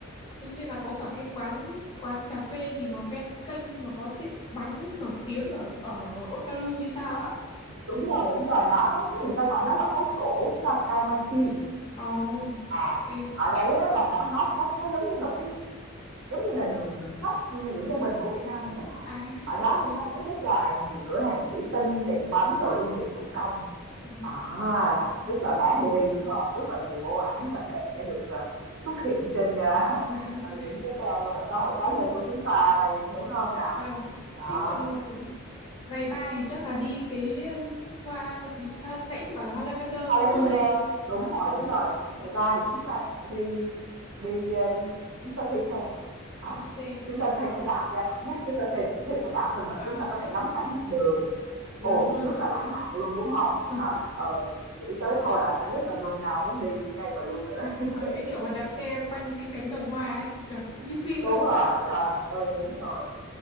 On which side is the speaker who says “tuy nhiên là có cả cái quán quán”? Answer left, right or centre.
Left